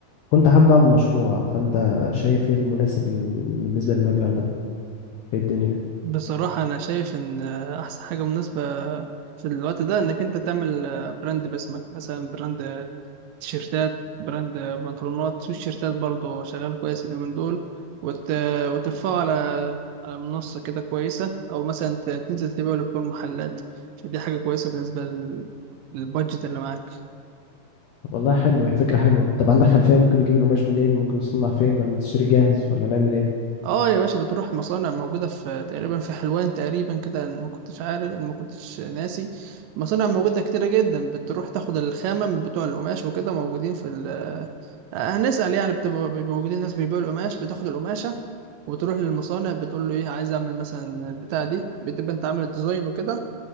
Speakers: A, on the left; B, on the right.
A: كنت حابب اعمل مشروع فانت شايف ايه المناسب لل... بالنسبه للمبلغ ده ايه الدنيا
B: بصراحة أنا شايف إن أحسن حاجة مناسبة في الوقت ده إنك أنت تعمل براند باسمك مثلا براند تيشيرتات براند بنطلونات في تيشيرتات برضه شغال كويس اليومين دول وت... وترفعه على على منصة كده كويسة أو مثلا ت- تنزل تبيعه لكل المحلات فدي حاجة كويسة بالنسبة لل- للبادجت اللي معاك
A: والله حلوه هي فكره حلوه طب عندك خلفيه ممكن نجيب القماش منين ممكن نصنع فين ولا نشتري جاهز ولا نعمل ايه
B: اه يا باشا بتروح مصانع موجودة في تقريبا في حلوان تقريبا كده أنا ما كنتش عارف أنا ما كنتش ناسي مصانع موجودة كتيرة جدا بتروح تاخد الخامة من بتوع القماش وكده موجودين في ال آه، هنسأل يعني بتبقى بيبقوا موجودين ناس بيبيعوا القماش بتاخد القماشة وبتروح للمصانع بتقول له ايه عايز اعمل مثلا البتاع دي بتبقى انت عامل الديزاين وكده